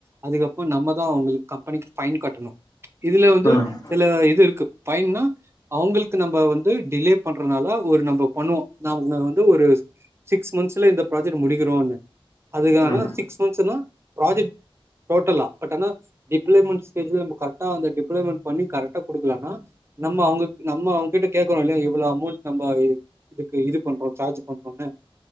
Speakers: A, on the right (about 25°); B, on the left (about 40°).
A: அதுக்கப்ப நம்ம தா அவங்களுக் கம்பெனிக் ஃபைன் கட்டணு இதுல வந்து
B: ம் ம்
A: சில இது இருக்கு ஃபைன்னா அவங்களுக்கு நம்ப வந்து டிலே பண்றனால ஒரு நம்ப பண்ணுவோ நம வந்து ஒரு சிக்ஸ் மன்ஸ்ல இந்த ப்ராஜெக்ட் முடிக்கிறோன்னு அதுக்கான
B: ம் ம்
A: சிக்ஸ் மன்ஸ்ன்னா ப்ராஜெக்ட் போட்டலா பட் ஆனா டிப்ளமெண்ட்ஸ் ஸ்டேஜ்ல நம கரெக்டா அந்த டிப்ளமெண்ட் பண்ணி கரெக்டா குடுக்கலனா நம்ம அவங்க நம்ம அவங்கிட்ட கேக்குறோ இல்லையா இவ்வளோ அமௌண்ட் நம்ப இதுக் இதுக்கு இது பண்றோ சார்ஜ் பண்றோன்னு